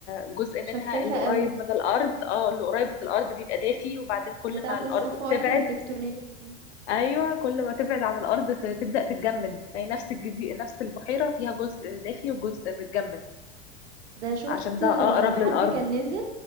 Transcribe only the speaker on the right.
شفافة
أوي،
بتاعة
الصفائح
التكتونية دي،
ده شُفت
حد
كان نزل